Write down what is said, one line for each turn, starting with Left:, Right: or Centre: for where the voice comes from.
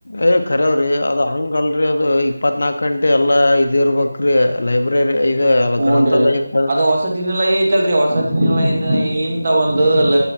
Left: ಏ ಕರವ್ರಿ ಅದ ಹಂಗ ಅಲ್ರಿ ಅದು ಇಪ್ಪತ್ನಾಕಕ್ ಗಂಟೆ ಅಲ್ಲೇ ಇರ್ಬೇಕ್ರೀ ಲೈಬ್ರರಿ ಇದ
Right: ಹುನ್ರಿ
Left: ಗ್ರಂಥಾಲಯ ಇತ್ತ
Right: ಅದ ಹೊಸತಿನಿಲಯ ಐತಲ್ರರಿ ಹೊಸತಿನಿಲಯ ಇದು ಏನ್ ಅಂತ ಒಂದು ಲ